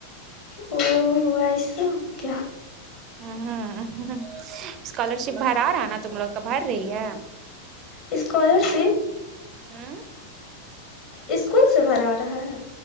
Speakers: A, on the left; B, on the right.
A: او <unintelligible> ویسا <unintelligible> اوک
B: ہمم اسکالر شپ بھرا رہا ہے نا تم لوگ کا بھر رہی ہے
A: اسکالرشپ
B: ہمم
A: اسکول سے بھرا رہا ہے